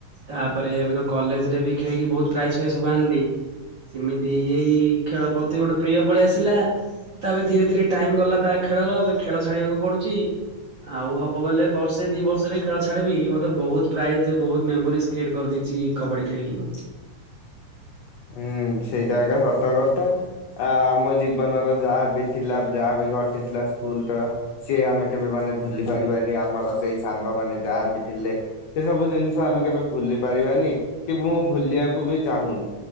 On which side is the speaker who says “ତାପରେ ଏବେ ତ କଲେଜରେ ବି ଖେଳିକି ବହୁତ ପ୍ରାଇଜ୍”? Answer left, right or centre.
Right